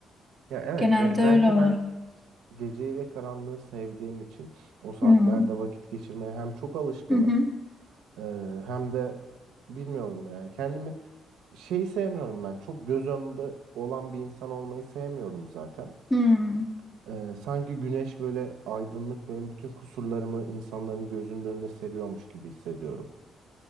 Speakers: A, on the right; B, on the left.
A: Ya evet
B: Genelde
A: ve
B: öyle
A: bence
B: olur.
A: ben geceyi ve karanlığı sevdiğim için o saatlerde
B: Hmm.
A: vakit geçirmeye hem çok alışkınım
B: Hı hı.
A: e, hem de bilmiyorum yani kendimi Şeyi sevmiyorum ben. Çok göz önünde olan bir insan olmayı sevmiyorum zaten.
B: Hmm.
A: Ee, sanki güneş böyle aydınlık benim bütün kusurlarımı insanların gözünün önüne seriyormuş gibi hissediyorum.